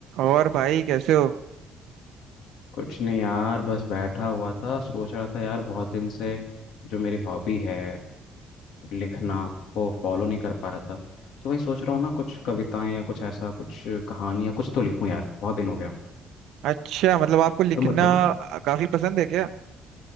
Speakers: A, on the right; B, on the left.
A: और भाई कैसे हो
B: कुछ नहीं यार बस बैठा हुआ था सोच रहा था यार बहुत दिन से जो मेरी हॉबी है लिखना वो फॉलो नहीं कर पा रहा था तो वही सोच रहा हूँ ना कुछ कविताएं या कुछ ऐसा कुछ कहानी या कुछ तो लिखूं यार बहुत दिन हो गया
A: अच्छा मतलब आपको लिखना
B: तुम बताओ
A: काफी पसंद है क्या